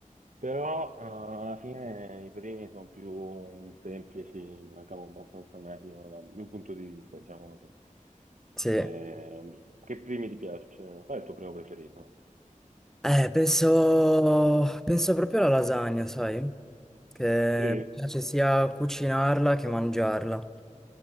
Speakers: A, on the right; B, in the centre.
A: però eh, alla fine i primi sono più semplici, me la cavo abbastanza meglio dal mio punto di vista, diciamo così.
B: sì.
A: Ehm, che primi ti piace? Qual è il tuo primo preferito?
B: Eh, penso, penso proprio alla lasagna, sai? Che
A: Sì.
B: mi piace sia cucinarla che mangiarla.